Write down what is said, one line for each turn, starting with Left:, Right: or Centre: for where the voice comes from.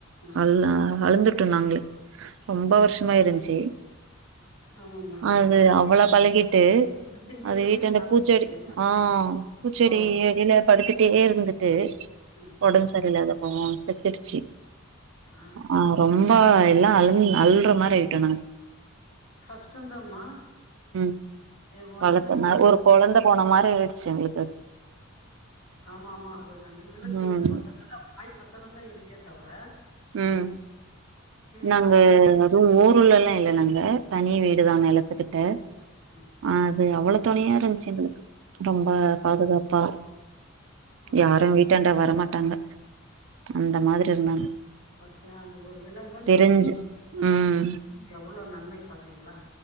Left: ஐயயோ
Right: அல்லா அழுந்து விட்டோ நாங்களே ரொம்ப வருஷமா இருந்துச்சு
Left: ஆமாமா
Right: அது
Left: உங்களுக்கே
Right: அவ்ளோ பழகிட்டு
Left: இத்தன பேர்
Right: அது
Left: உயிர
Right: வீட்டுந்த
Left: காப்பாத்திருக்குதுங்க
Right: பூச்செடி ஆஹ் பூச்செடி
Left: இவ்ளோ
Right: அடியில படுத்து டே இருந்துட்டு
Left: ம்
Right: உடம்பு செரியில்லாத போ செத்துருச்சு ச்சு
Left: ஆ
Right: ஆஹ் ரொம் ரொம்ப எல்லா அலுஅல்ற மாரி ஆயிட்டோம் நாங்க
Left: கஷ்டதமா
Right: ம்
Left: மனுஷனுங்க
Right: வளத்தனா ஒரு கொழந்த போன மாரி ஆயிடுச்சு எங்களுக்கு அது
Left: ஆமா ஆமா அது நன்றிள்ள ஜீவன்
Right: ம்
Left: மொத்தத்துல மத்திரந்த இல்லயேத்தவர
Right: உம் நாங்க
Left: எல்லா சேஷ்டையு
Right: அதுவு ஊர்லல்லா இல்ல நாங்க <unintelligible> தனி வீடு தா நிலத்துக்கிட்ட
Left: ம்
Right: அது அவ்வளோ துணையா இருந்துச்சு எங்களுக்கு ரொம்ப
Left: ஆ
Right: பாதுகாப் ப
Left: ஆமா
Right: யாரு வீட்டாண்டா வரமா ட்டாங்க அந்த மாதிரி இருந்தாங்க
Left: பச்சியாந்து ஒரு விலங்குன்னு
Right: தெரிஞ்சு
Left: சொல்
Right: ம்
Left: வளத்து எவ்ளோ நன்மை பாத்தீங்களா